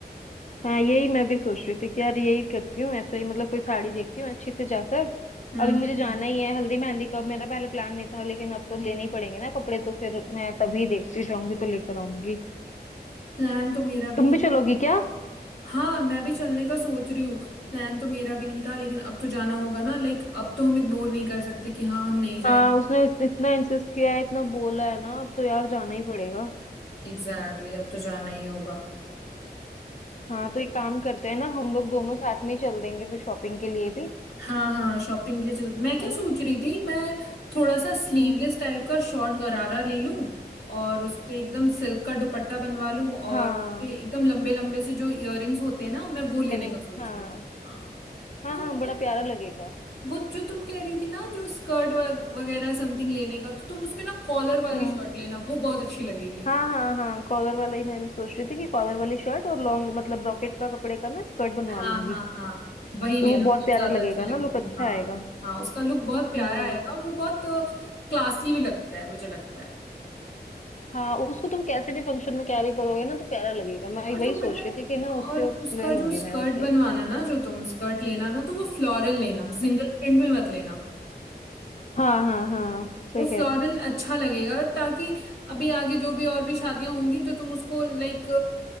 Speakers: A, on the left; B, on the left.
A: हाँ यही मैं भी सोच रही थी कि यार यही करती हूँ ऐसा ही मतलब कोई साड़ी देखती हूँ अच्छी से जाकर
B: हम्म
A: अभी मुझे जाना ही है हल्दी मेहंदी का मेरा पहले प्लान नहीं था लेकिन अब तो लेने ही पड़ेंगे ना कपड़े तो फिर मैं तभी देखती जाऊंगी तो लेकर आऊंगी
B: प्लान तो मेरा भी
A: तुम
B: नहीं
A: भी चलोगी
B: था
A: क्या
B: हाँ मैं भी चलने का सोच रही हूँ प्लान तो मेरा भी नहीं था लेकिन अब तो जाना होगा ना लाइक अब तो हम इग्नोर नहीं कर सकते कि हाँ हम नहीं जाएंगे
A: हाँ उसने इस- इतना इंसिस्ट किया है इतना बोला है ना अब तो यार जाना ही पड़ेगा
B: एग्जैक्टली exactly, अब तो जाना ही होगा
A: हाँ तो एक काम करते हैं ना हम लोग दोनों साथ में ही चल देंगे फिर शॉपिंग के लिए भी
B: हाँ हाँ शॉपिंग के लिए चल मैं क्या
A: है
B: सोच
A: ना
B: रही थी मैं थोड़ा सा स्लीवलेस
A: हम्म
B: टाइप का शॉर्ट गरारा ले लूं और उस पे एकदम सिल्क का दुपट्टा बनवा लूं और
A: हाँ
B: उस पे एकदम लंबे लंबे से जो इयररिंग्स होते हैं ना मैं वो लेने
A: इयररिंग्स
B: का सोच
A: हाँ
B: रही हूँ हाँ
A: हाँ
B: तुम
A: हाँ
B: पता
A: बड़ा
B: है
A: प्यारा लगेगा
B: वो जो तुम कह रही थी ना जो स्कर्ट वगैरह समथिंग लेने का तो तुम उस पे ना कॉलर वाली
A: हम्म
B: शर्ट लेना वो बहुत अच्छी लगेगी
A: हाँ हाँ हाँ कॉलर वाला ही मैं भी सोच रही थी कि कॉलर वाली शर्ट और लॉन्ग मतलब ब्रॉकेट का कपड़े का ना स्कर्ट बनवा
B: हाँ
A: लूंगी
B: हाँ हाँ वही लेना
A: तो वो बहुत
B: वो
A: प्यारा
B: ज्यादा
A: लगेगा
B: अच्छी लगेगी
A: ना लुक अच्छा
B: हाँ
A: आएगा
B: हाँ उसका लुक बहुत प्यारा
A: हम्म
B: आएगा वो बहुत क्लासी भी लगता है मुझे लगता है
A: हाँ उसको तुम कैसे भी फंक्शन में कैरी करोगे ना तो प्यारा लगेगा मैं
B: और
A: वही
B: तुम
A: सोच
B: पता है
A: रही थी कि ना उसके
B: और उसका
A: ले लूंगी
B: जो स्कर्ट
A: मैं वैसे
B: बनवाना
A: ही
B: ना जो तुम स्कर्ट लेना ना तो वो फ्लोरल लेना सिंगल
A: हम्म,
B: प्रिंट में मत लेना
A: हाँ हाँ हाँ सही
B: वो फ्लोरल
A: कह रहे हो
B: अच्छा लगेगा ताकि अभी आगे जो भी और भी शादियां होंगी तो तुम उसको लाइक